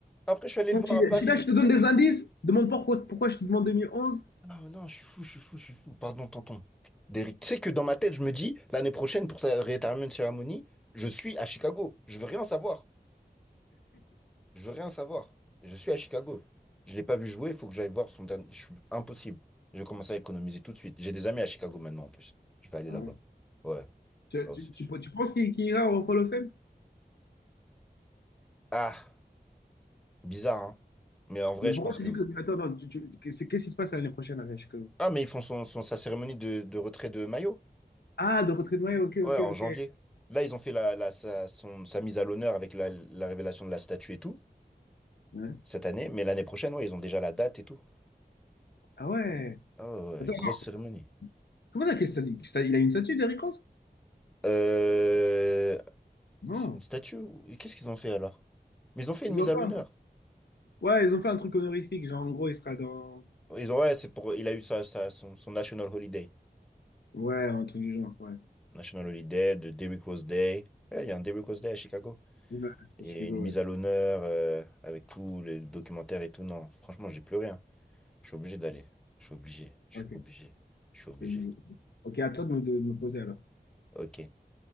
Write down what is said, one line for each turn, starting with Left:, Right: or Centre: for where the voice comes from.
Centre: Après, je suis allé
Left: Moi,
Centre: le voir
Left: je suis
Centre: à Paris.
Left: je suis là, je te donne
Centre: T'es
Left: des
Centre: fou!
Left: indices. Demande pas pourquoi, pourquoi je te demande 2011.
Centre: Ah non, je suis fou, je suis fou, je suis fou. Pardon, tonton. Derrick, tu sais que dans ma tête, je me dis, l'année prochaine, pour sa retirement ceremony, je suis à Chicago. Je veux rien savoir. Je veux rien savoir. Je suis à Chicago. Je l'ai pas vu jouer, il faut que j'aille voir son dernier. Je suis impossible. Je vais commencer à économiser tout de suite. J'ai des amis à Chicago maintenant en plus. Je vais aller
Left: Ouais.
Centre: là-bas.
Left: <laughs>
Centre: Ouais,
Left: Tu,
Centre: Ah ouais,
Left: tu-
Centre: c'est sûr.
Left: tu- tu penses qu'il qu'il ira au Hall of Fame?
Centre: Ah, bizarre, hein. Mais en vrai,
Left: Mais pourquoi
Centre: je pense
Left: tu
Centre: que
Left: dis
Centre: oui.
Left: que... Attends, attends, tu- tu- que- c'est- qu'est-ce qui se passe l'année prochaine avec Chicago?
Centre: Ah, mais ils font son, son- sa cérémonie de, de retrait de maillot.
Left: Ah, de retrait de maillot, ok,
Centre: Ouais,
Left: ok,
Centre: en
Left: ok.
Centre: janvier. Là, ils ont fait la, la- sa, son- sa mise à l'honneur avec la, la révélation de la statue et tout,
Left: Ouais.
Centre: cette année. Mais l'année prochaine, ouais, ils ont déjà la date et tout.
Left: Ah ouais.
Centre: Ah ouais,
Left: Attends,
Centre: grosse
Left: attends,
Centre: cérémonie.
Left: comment ça, qu'est-ce que ça dit? Ça- il a une statue, Derrick Rose?
Centre: Euh,
Left: Non.
Centre: C'est une statue? ou- Qu'est-ce qu'ils ont fait alors? Mais ils ont fait
Left: Ils
Centre: une mise
Left: ont
Centre: à
Left: fait
Centre: l'honneur.
Left: un... Ouais, ils ont fait un truc honorifique, genre en gros, il sera dans...
Centre: Ils ont, ouais, c'est pour, il a eu sa, sa- son, son National Holiday.
Left: Ouais, un truc du genre, ouais.
Centre: National Holiday, de Derrick Rose Day. Ouais, il y a un Derrick Rose Day à Chicago.
Left: Ouais,
Centre: Et
Left: à Chicago,
Centre: une mise
Left: ouais.
Centre: à l'honneur euh, avec tout le documentaire et tout. Non, franchement, j'ai plus rien. Je suis obligé d'aller. Je suis obligé. Je
Left: Ok,
Centre: suis obligé. Je suis obligé.
Left: c'est obligé. Ok, à toi de me, de me poser alors.
Centre: Ok.